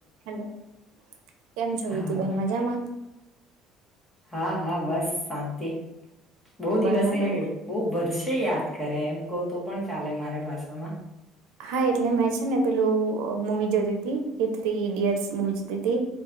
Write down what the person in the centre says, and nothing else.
હા
હા હા બસ શાંતિ બહુ
દિવસે બહ વર્ષે યાદ કરે એમ કહ તો પણ ચાલે મારે ભષા આમાં